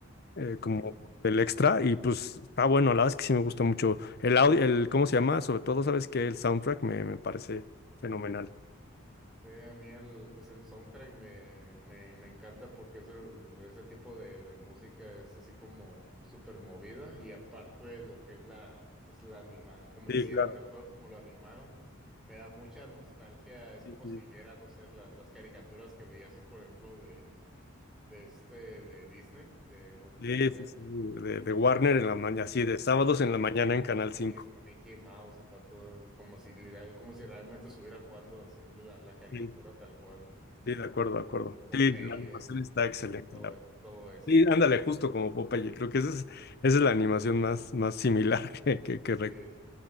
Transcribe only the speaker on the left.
eh,
como del extra, y pues está bueno, la verdad es que sí me gusta mucho. El audio, el, ¿cómo se llama? Sobre todo, ¿sabes que El soundtrack me, me parece fenomenal.
Sí,
claro.
Sí,
sí.
Sí,
sí, sí, De, de Warner en la mañana,
sí,
de sábados
en la mañana
en
Canal
cinco
Sí,
sí, de acuerdo, de acuerdo.
Sí, la animación está excelente.
la-
Sí, ándale, justo como Popeye, creo que esa es,
esa es la animación más, más similar <laughs> que, que, que
recuerdo.